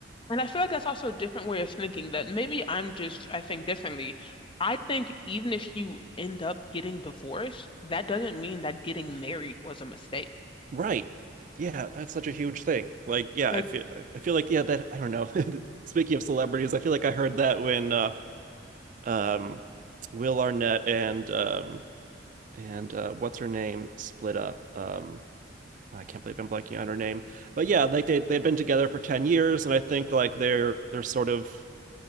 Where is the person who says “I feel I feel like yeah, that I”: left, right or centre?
Right